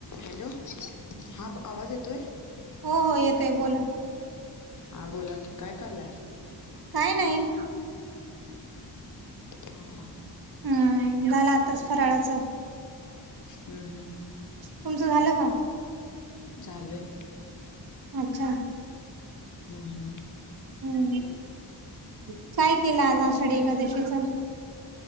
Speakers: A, on the left; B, on the right.
A: हॅलो हा आवाज येतोय?
B: हो हो येतोय बोला.
A: हा बोला की काय करालाय.
B: काय नाही.
A: हा हा.
B: हम्म झालं आताच फराळाचं.
A: हम्म हम्म.
B: तुमचं झालं का?
A: झालंय.
B: अच्छा-
A: हम् हम्म.
B: ह काय केलं आज आषाढी एकादशीच?